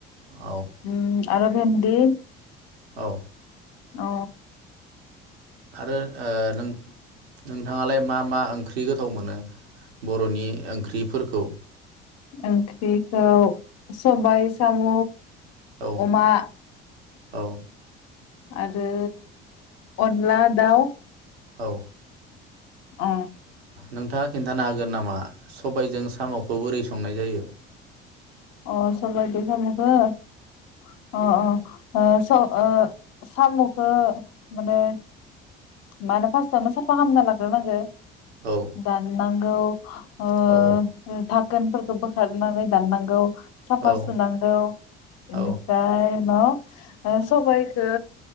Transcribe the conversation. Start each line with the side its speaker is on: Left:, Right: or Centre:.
Right: औ
Left: उम। आरो भेनदि।
Right: औ।
Left: औ।
Right: आरो ओ नों नोंथाङालाय मा मा ओंख्रि गोथाव मोनो बर'नि ओंख्रिफोरखौ?
Left: ओंख्रिखौ सबाइ साम'।
Right: औ
Left: अमा।
Right: औ।
Left: आरो अनला दाउ।
Right: औ।
Left: औ।
Right: नोंथाङा खिन्थानो होगोन नामा सबाइजों साम'खौ बोरै संनाय जायो?
Left: अ सबाइदो साम'खो अ अ ओ स ओ साम'खो माने मा होनो फास्टावनो साफा खालामना लाग्रोनांगो।
Right: औ
Left: दाननां गौ। ओ
Right: औ
Left: <unintelligible> खोनफोरखौ बोखारनानै दाननांगौ। साफा
Right: औ
Left: सुनांगौ बेनिफ्राय
Right: औ
Left: उनाव ओ सबाइखो